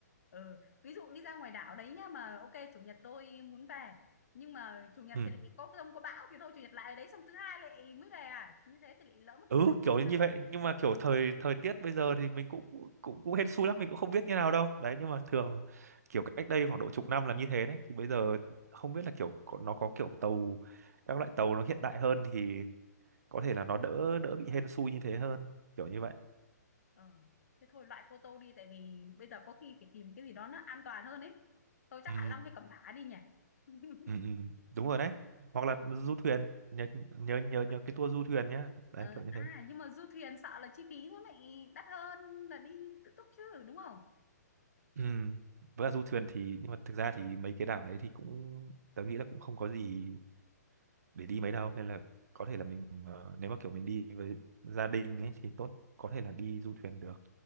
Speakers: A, on the left; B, on the right.
A: ừ ví dụ đi ra ngoài đảo đấy nhá mà ok chủ nhật tôi muốn về nhưng mà chủ nhật
B: ừ
A: thì lại có dông có bão thì thôi chủ nhật lại ở đấy xong thứ hai lại mới về à như thế thì lại lỡ mất
B: ừ
A: kế hoạch
B: kiểu
A: mình
B: như
A: Hà Nội
B: vậy nhưng mà kiểu thời thời tiết bây giờ thì mình cũng cũng cũng hên xui lắm mình cũng không biết như nào đâu đấy nhưng mà thường kiểu cách đây khoảng độ chục năm là như thế đấy thì bây giờ không biết là kiểu có- nó có kiểu tàu các loại tàu nó hiện đại hơn thì có thể là nó đỡ đỡ bị hên xui như thế hơn kiểu như vậy
A: Ờ. Thế thôi loại cô Tô đi tại vì bây giờ có khi phải tìm cái gì đó nó an toàn hơn ấy. Thôi chắc
B: ừ,
A: Hạ Long hay Cẩm Phả đi nhỉ. <laughs>
B: ừ, ừ. đúng rồi đấy hoặc là du thuyền nhớ nhớ nhớ nhớ
A: À,
B: cái tour du thuyền nhá đấy
A: ờ,
B: kiểu như
A: à
B: thế
A: nhưng mà du thuyền sợ là chi phí nó lại đắt hơn là đi tự túc chứ đúng không?
B: ừ. với cả du thuyền
A: Ừ.
B: thì nhưng mà thực ra thì mấy cái đảo đấy thì cũng tớ nghĩ là cũng không có gì để
A: Ừ.
B: đi mấy đâu nên là có thể là mình ờ, nếu mà kiểu mình đi với gia đình ấy thì tốt có thể là đi du thuyền được